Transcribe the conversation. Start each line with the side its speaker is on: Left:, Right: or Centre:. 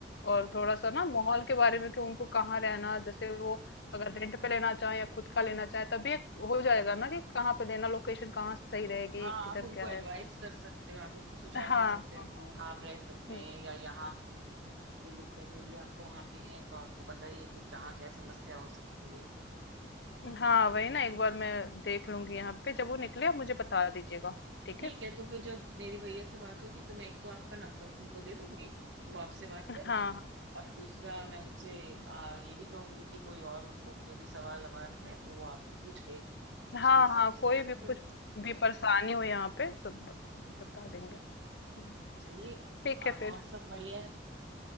Right: हम्म
Left: और थोड़ा सा ना माहौल के बारे में कि उनको कहाँ रहना जैसे वो अगर रेंट पे लेना चाहे या खुद का लेना चाहे तभी एक हो जाएगा ना कि कहाँ पे लेना लोकेशन कहाँ सही रहेगी
Right: हाँ
Left: किधर
Right: आप उनको
Left: क्या
Right: एडवाइस
Left: है
Right: कर सकते हो आप उनको सुझाव
Left: हाँ
Right: दे सकते
Left: हाँ
Right: हो कि
Left: हाँ
Right: यहाँ आप रह सकते
Left: हम्म,
Right: हैं या यहाँ से आपको दिक्कत होगी आप तो वहाँ के हैं तो आपको पता ही है कि कहाँ क्या समस्या हो सकती है
Left: हाँ वही ना
Right: हम्म
Left: एक बार मैं देख लूंगी यहाँ पे जब वो निकले आप मुझे बता दीजिएगा ठीक
Right: ठीक
Left: है
Right: है तो फिर जब मेरी भैया से बात होगी तो मैं एक तो आपका नंबर उनको दे दूंगी कि वो आपसे बात कर
Left: हाँ
Right: लें और दूसरा मैं उनसे आ, ये भी कहूंगी कि कोई और उनको जो भी सवाल ववाल है तो वो आपसे पूछ के उसके
Left: हाँ
Right: हिसाब
Left: हाँ हाँ
Right: से
Left: कोई
Right: करेंगे
Left: भी कुछ भी परेशानी हो यहाँ पे सब ब- बता देंगे हम्म,
Right: चलिए अब
Left: ठीक है फिर
Right: और सब बढ़िया है